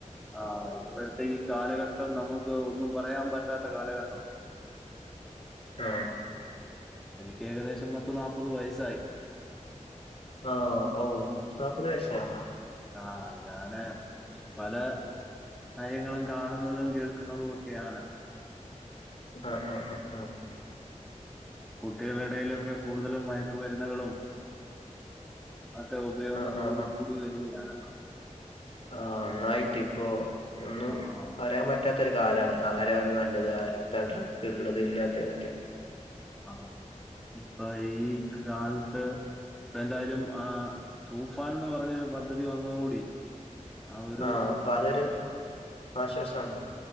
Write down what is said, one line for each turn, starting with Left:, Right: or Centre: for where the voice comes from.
Centre: ആ ഇപ്പോഴത്തെ ഈ കാലഘട്ടം നമുക്ക് ഒന്നും പറയാൻ പറ്റാത്ത കാലഘട്ടാ
Left: ആഹ്
Centre: എനിക്ക് ഏകദേശം പത്ത് നാപ്പത് വയസ്സായി
Left: ആഹ് ഓ <unintelligible>
Centre: ആഹ് ഞാന് പല കാര്യങ്ങളും കാണുന്നതും കേൾക്കുന്നതും ഒക്കെയാണ്
Left: ആഹ് ആഹ് ആഹ് ആഹ്
Centre: കുട്ടികളെ ഇടയിലൊക്കെ കൂടുതലും മയക്കുമരുന്നുകളും അക്കെ ഉപയോഗം
Left: ആ ആ
Centre: കൂടി കൂടി വരികയാണ്
Left: ആഹ് നന്നായിട്ട് ഇപ്പോ ഒന്നും
Centre: ആഹ്
Left: പറയാൻ പ റ്റാത്തൊരു കാലമാണ് ആരാണ് നല്ലത് ആരട്ത്താണ് ഉള്ളത് ഇല്ലാത്തതൊക്കെ
Centre: ആഹ് ഇപ്പൊ ഈ കാലത്ത് ഇപ്പ എന്തായാലും ആ തൂഫാൻന്ന് പറഞ്ഞൊരു പദ്ധതി വന്നതോടുകൂടി ആ ഒരു
Left: ആഹ് അപ്പൊ അതൊരു ആശ്വാസമാണ്